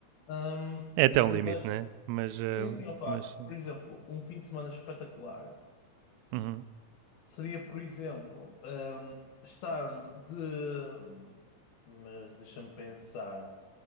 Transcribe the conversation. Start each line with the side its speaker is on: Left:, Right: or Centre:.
Left: Ahm,
Right: é até um limite,
Left: mas,
Right: né? Mas. eh,
Left: sim, sim, opá,
Right: mas sim.
Left: por exemplo, um fim de semana espetacular.
Right: Uhum.
Left: Seria, por exemplo, hum, estar de. Mas deixa-me pensar.